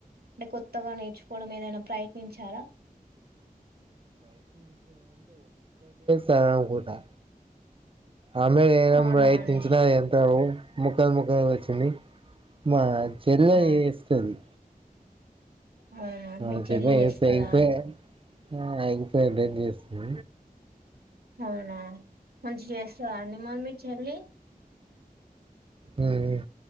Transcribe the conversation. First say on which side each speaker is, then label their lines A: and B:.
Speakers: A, on the right; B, on the right.
A: అంటే, కొత్తగా నేర్చుకోవడం ఏదైనా ప్రయత్నించారా?
B: తాగుతా ఆమ్లెట్ వేయడం
A: అవునా
B: ప్రయత్నించిన
A: అండి
B: ఎంత ముక్కలు ముక్కలు వచ్చింది. మా చల్లే
A: ఆ
B: ఏస్తంది.
A: అవునా
B: ఆ
A: మీ
B: చెల్ల
A: చెల్లి చేస్తదా
B: చే. అయితే, ఆ ఎగ్ ఫ్రైడ్ రైస్ చేస్తది.
A: అవునా! మంచి చేస్తదా అండి మరీ మీ చెల్లి?
B: మ్